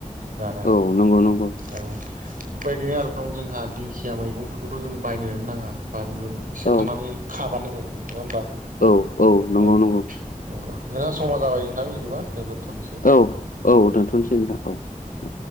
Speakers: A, on the right; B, on the left.
A: जानो
B: औ नंगौ नंगौ।
A: औ, ओमफ्राय बिनो आरो दं जोंहा दिंखिया मैगं फोरखौथ' जों बायनोनो नांङा बानलु एसे
B: औ
A: थांनानै खाबानो मोनो नंङा होमबा?
B: औ नंगौ
A: औ
B: नंगौ
A: नंगौ नोंहा समा जाबाय नोंथां, बिदिबा जों दोनथ'नोसै।
B: औ औ दोनथ'नोसै नोंथां औ औ